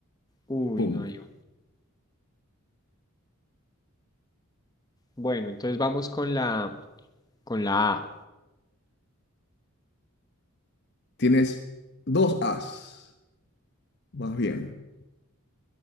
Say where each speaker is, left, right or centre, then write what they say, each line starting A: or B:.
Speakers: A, on the left; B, on the left.
A: Uy,
B: Pum.
A: no hay O. Bueno, entonces vamos con la... Con la A,
B: Tienes dos As. Más bien,